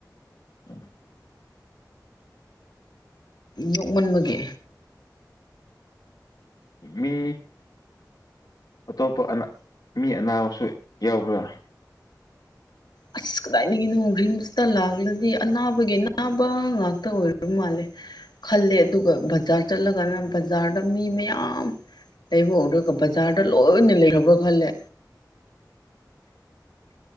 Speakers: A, on the left; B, on the left.
A: <unintelligible>
B: ꯅꯣꯛꯃꯟꯕꯒꯤ
A: ꯃꯤ ꯑꯇꯣꯞꯄ ꯑ ꯃꯤ ꯑꯅꯥꯕꯨ ꯌꯥꯎꯕ꯭ꯔ
B: ꯑꯁ ꯀꯗꯥꯏꯒꯤꯅꯣ ꯔꯤꯝꯁꯇ ꯂꯥꯛꯂꯗꯤ ꯑꯅꯥꯕꯒꯤ ꯑꯅꯥꯕ ꯉꯥꯛꯇ ꯑꯣꯏꯔꯕ ꯃꯥꯜꯂꯦ ꯈꯜꯂꯦ ꯑꯗꯨꯒ ꯕꯖꯥꯔ ꯆꯠꯂꯒꯅ ꯕꯖꯥꯔꯗ ꯃꯤ ꯃꯌꯥꯝ ꯂꯩꯕ ꯎꯔꯒ ꯕꯖꯥꯔꯗ ꯂꯣꯏꯅ ꯂꯩꯔꯕ꯭ꯔꯥ ꯈꯜꯂꯦ